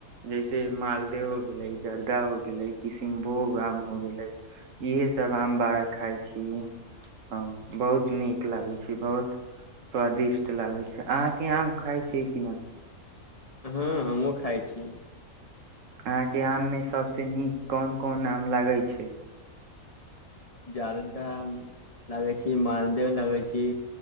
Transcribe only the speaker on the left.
हँ हमहुँ खाइ छी
जरदा आम लगै छी मालदेव लगै छी